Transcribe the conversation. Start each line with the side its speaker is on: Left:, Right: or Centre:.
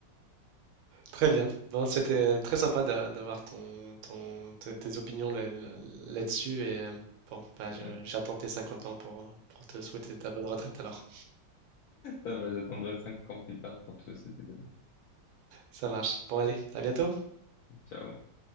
Right: Très bien. Bon, c'était très sympa d'a- d'avoir ton, ton- tes tes opinions là- là- là-dessus et euh, bon, bah, je-
Left: Ouais.
Right: j'attends tes 50 ans pour, euh, pour te souhaiter ta bonne retraite alors.
Left: Ça va, j'attendrai cinq ans plus tard pour te c'était de.
Right: Ça marche. Bon, allez, à bientôt.
Left: Ciao.